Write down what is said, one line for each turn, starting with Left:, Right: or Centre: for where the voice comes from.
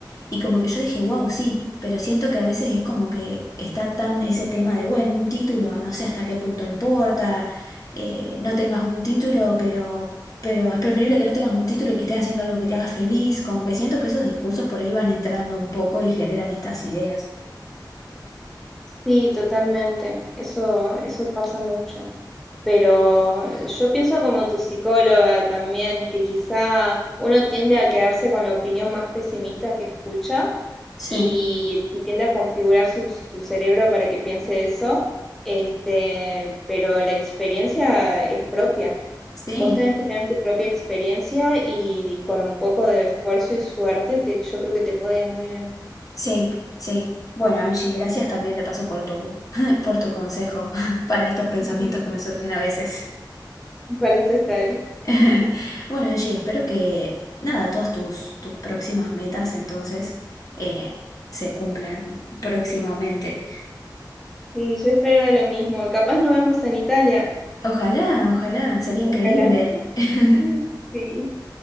Left: y como que yo dije, wow, sí, pero siento que a veces es como que está tan ese tema de, bueno, un título, no sé hasta qué punto importa, eh, no tengas un título, pero, pero es preferible que no tengas un título y que estés haciendo algo que te haga feliz, como que siento que esos discursos por ahí van entrando un poco y generan estas ideas.
Centre: Sí, totalmente, eso, eso pasa mucho. Pero eh, yo pienso como tu psicóloga también, que quizá uno tiende a quedarse con la opinión más pesimista que escucha
Left: Sí,
Centre: y, y tiende a configurar su, su cerebro para que piense eso, este, pero la experiencia es propia.
Left: sí,
Centre: Vos tenés que tener tu propia experiencia y con un poco de esfuerzo y suerte, te- yo creo que te puede ir muy bien.
Left: sí, sí. Bueno, Angie, gracias también de paso por tu, <laughs> por tu consejo <laughs> para estos pensamientos
Centre: Ujú.
Left: que me surgen a veces.
Centre: Para eso estoy.
Left: <laughs> Bueno, Angie, espero que nada, todas tus, tus próximas metas entonces eh, se cumplan próximamente.
Centre: Sí, yo espero lo mismo. Capaz nos vemos en Italia.
Left: Ojalá, ojalá, sería
Centre: Ojalá.
Left: increíble.
Centre: <laughs>
Left: <laughs>
Centre: Sí.